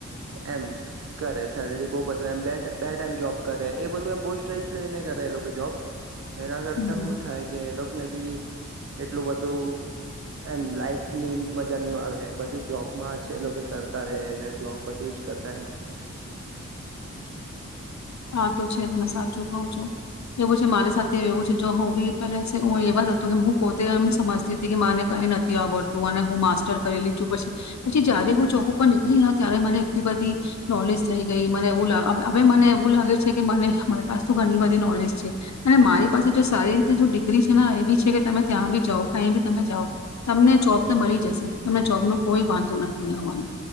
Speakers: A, on the right; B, on the left.
A: એમ કરે, સેલરી બહુ બધું, એ બે-બે ટાઈમ જોબ કરે, એ બધું, એ બો સ્ટ્રેસ લઈને કરે, એ લોકો જોબ એના કરતા
B: હમ
A: શું થાય કે એ લોકોને બી એટલું બધું એમ લાઈફની મજા નહીં આવે. બધું જોબમાં છે. એ લોકો કરતા રહેને, જોબ બધું જ કરતા એમ
B: હા, તો છે. તમે સાચું કઉ છો. એવું છે, મારી સાથે એવું છે. જો હું બી પેલા હું એવા જ હતું કે હું પોતે એમ સમજતી હતી કે માને કઈ નથી આવડતું, અને હું માસ્ટર કરી લી છું. પછી પછી જ્યારે હું જોબ ઉપર નીકળી, ત્યારે મને એટલી બધી નોલેજ થઈ ગઈ. મને એવુ લાગે હવે મને એવું લાગે છે કે મને, મારી પાસે તો ઘણી બધી નોલેજ છે, અને મારી પાસે જો સારી રીતે ડિગ્રી છે. એવી છે કે તમે ત્યાં બી જાઓ, કંઈ બી તમે જાઓ, તમને જોબ તો મળી જશે. તમને જોબ ન કોઈ વાંધો નથી આવવાનું.